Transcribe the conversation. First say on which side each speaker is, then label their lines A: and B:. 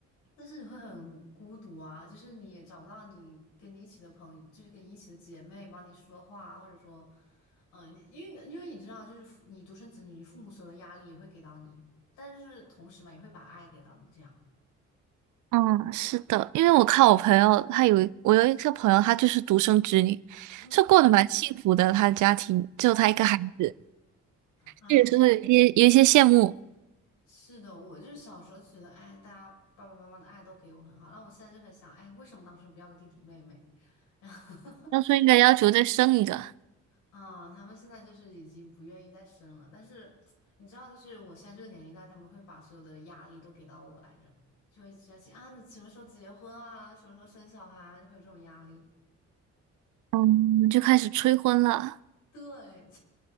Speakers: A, on the left (about 85°); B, on the right (about 75°).
A: 但是你会很孤独啊，就是你也找不到你跟你一起的朋友，就是跟你一起的姐妹帮你说话啊或者说，嗯、你因为因为你知道，就是父你独生子女，你父母所有的压力也会给到你，但是同时嘛，也会把爱给到你，这样。
B: 嗯，是的，因为我看我朋友，他有一我有一个朋友，她就是独生子女，
A: 嗯，
B: 是过得蛮幸福的，她的家庭只有她一个孩子，
A: 哎，
B: 这也是会有一些有一些羡慕，
A: 是的，我就是小时候就觉得，哎，大家爸爸妈妈的爱都给我很好，那我现在就很想，哎，为什么当时不要个弟弟妹妹？<laughs>
B: 当初应该要求再生一个，
A: 啊，他们现在就是已经不愿意再生了，但是你知道，就是我现在这个年龄段，他们会把所有的压力都给到我来着，就会担心啊，你什么时候结婚啊，什么时候生小孩啊，就会有这种压力。
B: 嗯，就开始催婚了，
A: 对，